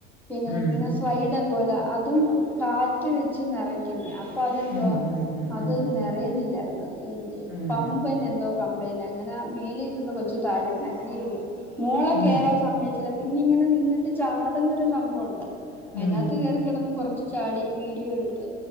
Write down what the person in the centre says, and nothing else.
പിന്നെ
ഇങ്ങനെ സ്‌ വൈഡ പോലെ അതും കാറ്റ് വെച്ച് നേറക്കുന്നെയാ. അ അപ്പ അതെന്തുവ
അത്
നെറയന്നില്ലാര്ന്നെന്ന്. എന്തയ്യി
പമ്പ്നെ എന്തോ കംപ്ലൈയിന്റ് അങ്ങനെ ആ മേളിരുന്ന കൊച്ചു താഴെ വീണ് അങ്ങനെയോള്ള മോളെ
കേറാൻ
സമയച്ചില്ല. പിന്നെ ഇങ്ങനെ നിന്നിട്ട് ചാടുന്നൊരു സംഭവോണ്ട്.
അതിനകത്ത് കേറി കിടന്ന് കൊറച്ച് ചാടി വീഡിയോ എടുത്ത്